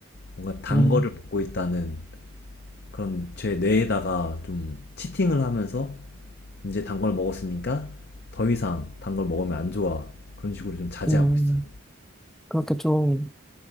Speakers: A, on the left; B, in the centre.
A: 뭔가 단
B: 음,
A: 거를 먹고 있다는 그런 제 뇌에다가 좀 치팅을 하면서 이제 단 걸 먹었으니까 더 이상 단 걸 먹으면 안 좋아 그런 식으로 좀 자제하고
B: 음,
A: 있어요.
B: 그렇게 좀